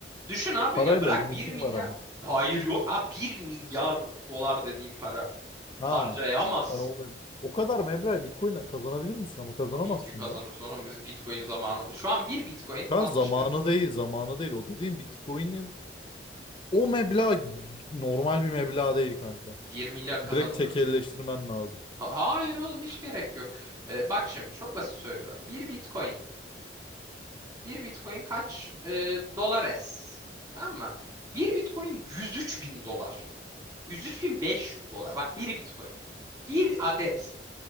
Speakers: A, on the right; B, on the left.
A: Düşün abi
B: Parayla
A: ya bırak
B: limitin
A: bir milyar.
B: var ama.
A: Hayır yok. Abi bir milyar dolar dediğim para.
B: Ha.
A: Harcayamazsın.
B: Sen o, meb- o kadar meblağı Bitcoin'den kazanabilir misin? Ama kazanamazsın
A: Tabii ki kazanır
B: be.
A: sonra biz Bitcoin zamanı. Şu an bir Bitcoin
B: Kan
A: 60
B: zamanı
A: bin
B: değil. Zamanı değil. O dediğin Bitcoin'in o meblağ normal bir meblağ değil kanka.
A: Bir milyar kazanılır.
B: Direkt tekelleştirmen lazım.
A: Ha- Hayır oğlum hiç gerek yok. Ee, bak şimdi çok basit söylüyorum. Bir Bitcoin. bir Bitcoin kaç? Ee, dolar es. Tamam mı? Bir Bitcoin 103 bin dolar. 103.500 dolar. Bak bir Bitcoin. Bir adet.